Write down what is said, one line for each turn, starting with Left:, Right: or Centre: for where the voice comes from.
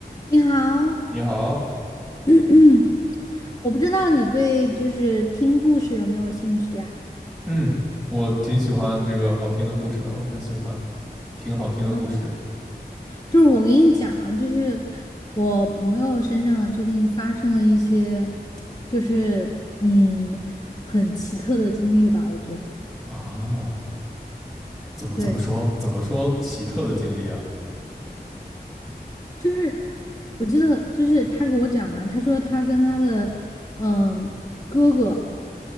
Left: 你好，
Centre: 你好，
Left: 嗯，我不知道你对就是听故事有没有兴趣啊？
Centre: 嗯，我挺喜欢这个好听的故事的，我很喜欢听好听的故事
Left: 嗯，就是我跟你讲，就是我朋友身上最近发生了一些，就是嗯，很奇特的经历吧，我觉得。
Centre: 啊。怎么怎么说？
Left: 对，
Centre: 怎么说奇特的经历啊？
Left: 是我记得就是他给我讲嘛，他说他跟他的嗯哥哥，